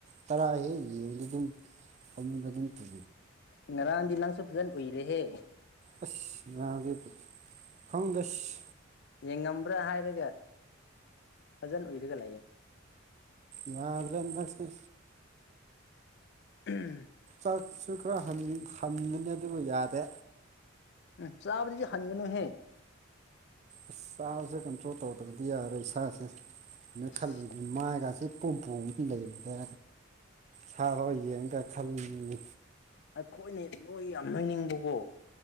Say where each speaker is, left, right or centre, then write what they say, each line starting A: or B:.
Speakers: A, on the right; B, on the left.
A: ꯇꯔꯥ ꯍꯦꯛ ꯌꯦꯡꯗꯦ ꯑꯗꯨꯝ ꯐꯃꯨꯡꯗ ꯇꯨ
B: ꯉꯔꯥꯟꯗꯤ ꯅꯪꯁꯨ ꯐꯖꯅ ꯎꯏꯔꯦꯍꯦ
A: ꯑꯁ ꯉꯗ ꯈꯥꯎꯗꯁ
B: ꯌꯦꯡꯉꯝꯕ꯭ꯔꯥ ꯍꯥꯏꯔꯒ ꯐꯖꯅ ꯎꯏꯔꯒ ꯂꯩꯌꯦ
A: ꯌꯥꯗ꯭ꯔꯗꯁꯦ
B: ꯎꯝ
A: ꯆꯛꯁꯨ ꯈꯔ ꯍꯟꯕꯅꯤ ꯑꯗꯨꯕꯨ ꯌꯥꯗꯦ
B: ꯎꯝ ꯆꯕ ꯑꯗꯨꯗꯤ ꯍꯅꯤꯒꯅꯨ ꯍꯦ
A: ꯑꯁ ꯆꯥꯁꯨꯦ ꯀꯟꯇ꯭ꯔꯣꯜ ꯇꯧꯗ꯭ꯔꯗꯤ ꯌꯥꯔꯣꯏ ꯏꯁꯥꯁꯦ ꯅꯣꯏ
B: ꯑꯁ
A: ꯈꯜꯂꯤ ꯃꯥꯏꯒꯁꯤ ꯄꯨꯝꯄꯨ ꯑꯃ ꯂꯩꯔꯤꯗ ꯁꯥꯐꯥꯎ ꯌꯦꯡꯒ ꯈꯜꯂꯤ
B: ꯑꯩꯈꯣꯏꯅꯦ ꯅꯣꯏ ꯌꯥꯝ ꯅꯣꯏꯅꯤꯡꯕꯀꯣ